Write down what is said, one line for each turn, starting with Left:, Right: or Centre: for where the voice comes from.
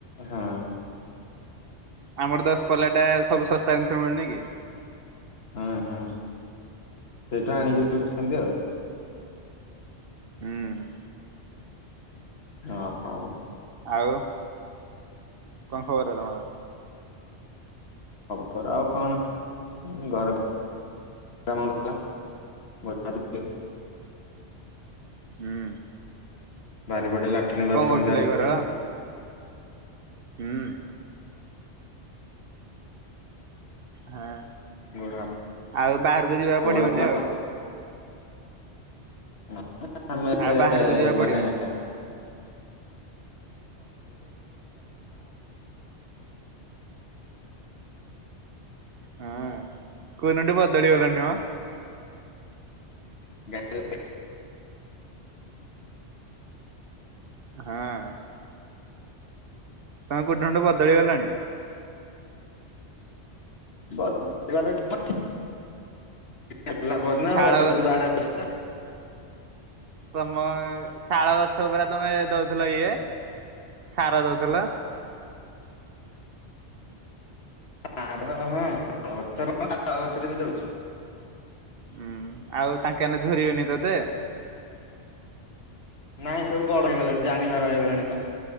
Left: ହଁ।
Right: ଆମର ଦଶ୍ ପଲା ଟା ସବୁ ଶସ୍ତା ଜିନିଷ ମିଳୁନି କି?
Left: ହଁ -ହଁ ସେଇଠୁ
Right: ହୁଁ
Left: ଆଣିକି ବିକୁଚନ୍ତି ଆଉ‌।
Right: ହୁଁ।
Left: ଓ ହଁଉ।
Right: ଆଉ କଣ ଖବର ତମର?
Left: ଖବର ଆଉ କଣ ଘର <inaudible>
Right: ହୁଁ।
Left: ବାରିପଟେ ଲାଟିନ୍ ବାଥରୁମ୍
Right: କଣ କରୁଥିଲେ
Left: ଚାଲିଚି।
Right: କି ଘର
Left: <inaudible>
Right: ହୁଁ ହଁ
Left: ଗୋଡ
Right: ଆଉ ବାହାରକୁ ଯିବାକୁ ପଡିବନି
Left: <inaudible>
Right: ଆଉ
Left: <unintelligible> ଆମେ ଏତେ
Right: ଆଉ ବାହାରକୁ ଯିବାକୁ
Left: ମାନେ
Right: ପଡିବନି
Left: <inaudible>
Right: ହଁ କଉ ଦିନଠୁ ବଦଳି ଗଲଣି ମ।
Left: <inaudible>
Right: ହଁ। ତମେ କଉ ଦିନଠୁ ବଦଳି ଗଲଣି?
Left: ବିଲା ପରେ ନା ଆଉ ବାହ ଆସ
Right: ଶାଳ
Left: <inaudible>
Right: ତମ ଶାଳ ଗଛ ପୁରା ତମେ ଦଉଥିଲ ଇଏ ସାର ଦଉଥିଲ?
Left: ତାର ହଁଳ ଗଛର ହଁ ତାଳ ଗଛରେ ବି ଦଉଛ <inaudible>
Right: ହୁଁ ଆଉ ତାଙ୍କେ ଏଇନେ ଝୁୁରି ବେନି ତତେ?
Left: ନାଇଁ ସବୁ ବଡ ହେଇଗଲେଣି ଜାଣିବାର ହେଇଗଲେଣି ଵା